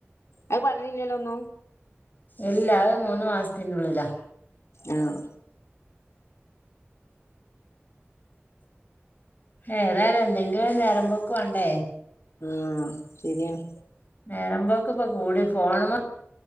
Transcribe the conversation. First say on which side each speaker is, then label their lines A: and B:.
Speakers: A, on the left; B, on the left.
A: അയ് പർഞ്ഞില്ലല്ലോ ഒന്നും.
B: എല്ല അഅ് മൂന്ന് മാസ്ത്തിൻ്റുള്ളിലാ.
A: ആഹ്.
B: ഏതായാലും എന്തെങ്കിലും ഒരു നേരം പോക്ക് വേണ്ടെ
A: ആ ശരിയാണ്
B: നേരമ്പോക്ക് ഇപ്പോ കൂടി ഫോണിന്മേ